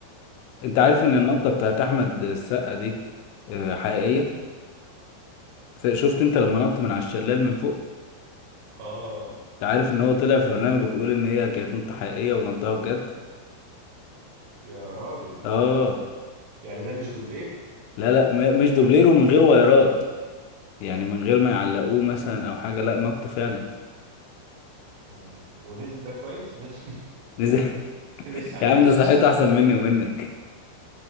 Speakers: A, on the left; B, on the right.
A: انت عارف ان
B: اه
A: النطة بتاعت احمد السقا دي آه، حقيقية
B: مم.
A: ف- شفت انت لما نط من على الشلال من فوق
B: آه،
A: انت عارف ان هو طلع في برنامج وبيقول ان هي كانت نطة حقيقية ونطها بجد
B: يا راجل
A: اه
B: يعني ده مش دوبلير
A: لا لا م- مش دوبليرو من غير وايرات يعني من غير ما يعلقوه مثلا او حاجه لا نط فعلا
B: مم. ونزل ده كويس نزل
A: نزل <laughs>
B: <laughs> لسه عايش
A: يا عم ده صحته احسن مني ومنك